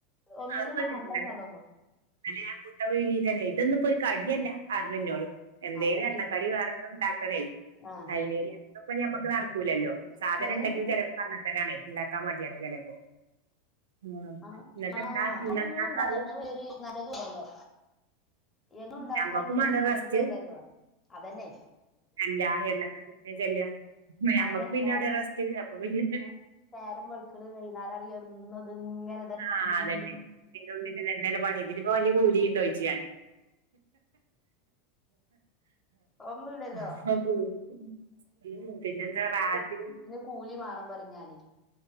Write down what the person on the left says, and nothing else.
ഒന്നിനും
മാണ്ടന്നെ അതൊന്നും
ആഹ്
അതന്നെ
ആഹ്
ആഹ്
ആഹ്
ആഹ്
എന്നുണ്ടാകാരണെവര്
നല്ല സുഖല്ലേ എന്നും ഉണ്ടാക്കാറിണെ
വല്യ നല്ലതും
അല്ലല്ലോ അതന്നെ
ആന്നെ
നേര-
നേ- നേരം വെളുക്ക്ണ് വൈന്നേരം ആണേ എന്നും ഇത് ഇങ്ങനെ
ഒന്നുമില്ലല്ലോ
കൂലിമാണം പറയും ഞാനെ